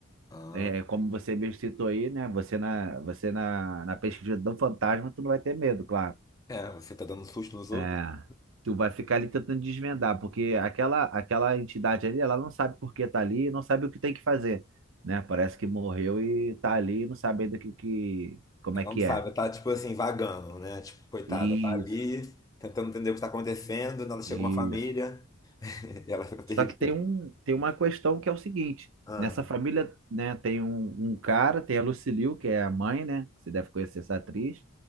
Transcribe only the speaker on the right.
É, é como você mesmo citou aí, né? Você na, você na, na pesquisa do fantasma, tu não vai ter medo, claro.
É, tu vai ficar ali tentando desvendar, porque aquela, aquela entidade ali, ela não sabe por que tá ali, não sabe o que tem que fazer, né? Parece que morreu e tá ali, e não sabe ainda o que, que, como
é que
é.
Isso,
isso.
Só que tem um, tem uma questão que é o seguinte,
nessa família, né, tem um, um cara, tem a Lucille que é a mãe, né, que você deve conhecer essa atriz,